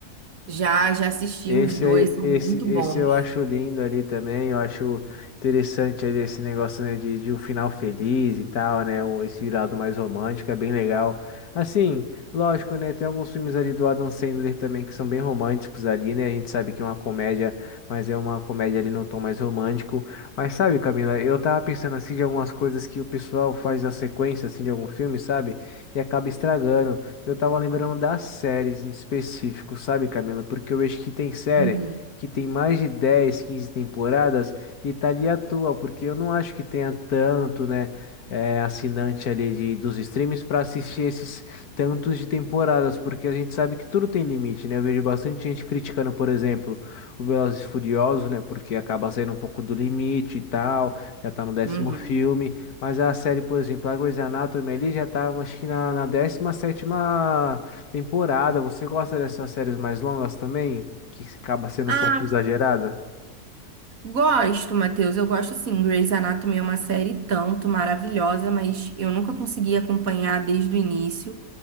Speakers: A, on the right; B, on the left.
A: Já, já assisti
B: Esse,
A: os dois,
B: aí-
A: são
B: esse,
A: muito bons.
B: esse eu acho lindo ali também, eu acho interessante ali esse negócio, né, de, de um final feliz e tal, né, o- esse lado mais romântico é bem legal. Assim, lógico, né, tem alguns filmes ali do Adam Sandler também que são bem românticos ali, né, a gente sabe que é uma comédia, mas é uma comédia ali num tom mais romântico. Mas sabe, Camila, eu tava pensando assim de algumas coisas que o pessoal faz na sequência, assim, de algum filme, sabe, e acaba estragando. Eu tava lembrando das séries em específico, sabe, Camila? Porque eu vejo que tem série
A: Uhum,
B: que tem mais de 10, 15 temporadas e tá ali à toa, porque eu não acho que tenha tanto, né, eh, assinante ali de, dos streams pra assistir esses tantos de temporadas, porque a gente sabe que tudo tem limite, né? Eu vejo bastante gente criticando, por exemplo, o Velozes e Furiosos, né, porque acaba saindo um pouco do limite e tal, já tá no décimo
A: uhum.
B: filme. Mas a série, por exemplo, a Grey's Anatomy ali já tá, acho que na, na 17ª temporada. Você gosta dessas séries mais longas também? Que acaba sendo
A: Ah,
B: um pouco exagerada?
A: Gosto, Matheus. Eu gosto sim. Grey's Anatomy é uma série tanto maravilhosa, mas eu nunca consegui acompanhar desde o início.